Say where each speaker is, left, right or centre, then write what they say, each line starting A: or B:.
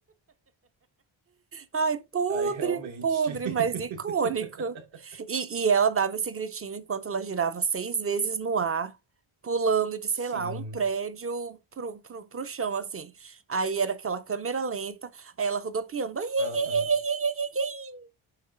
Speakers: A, on the right; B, on the right.
A: Ai, podre,
B: Aí realmente.
A: podre, mas icônico.
B: <laughs>
A: E, e ela dava esse gritinho enquanto ela girava seis vezes no ar, pulando de,
B: Sim.
A: sei lá, um prédio pro, pro, pro chão, assim. Aí era aquela câmera lenta, aí ela rodopiando. Ai, ai, ai,
B: Aham.
A: ai, ai, ai, ai, ai. ai.